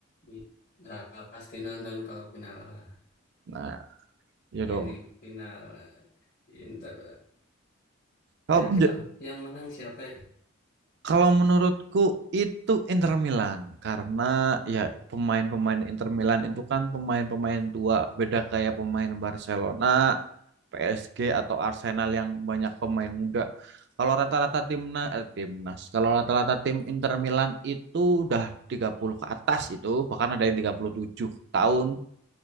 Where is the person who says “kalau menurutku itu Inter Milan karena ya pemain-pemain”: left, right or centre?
Right